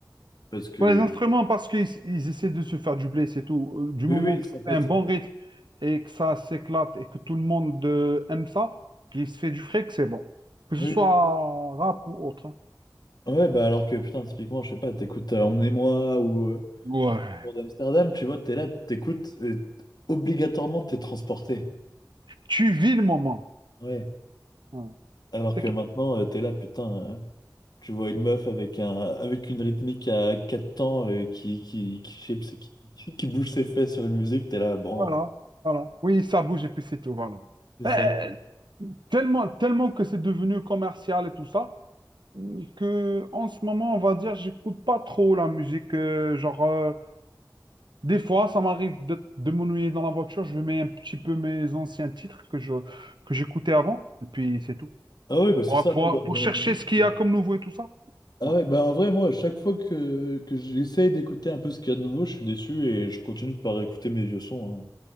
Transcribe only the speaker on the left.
Parce que...
Oui,
oui,
c'est-
en fait,
c'est ça.
Oui.
Ouais, bah alors que, putain, typiquement, je sais pas, t'écoutes euh, Emmenez-moi, ou... euh,
Pour d'Amsterdam, tu vois, t'es là, t'écoutes, et obligatoirement t'es transporté.
Ouais.
Alors
que maintenant, euh, t'es là, putain, euh, tu vois une meuf avec un avec une rythmique à quatre temps euh, qui, qui, qui, shape ses- qui, qui bouge ses fesses sur une musique, t'es là, bon,
euh,
c'est ça.
Ah ouais, bah c'est
ça,
moi, dans,
dans
la musique.
euh,
Ah
ouais, bah en vrai, moi, à chaque fois que, que j'essaye d'écouter un peu ce qu'il y a de nouveau, je suis déçu et je continue par écouter mes vieux sons. hein.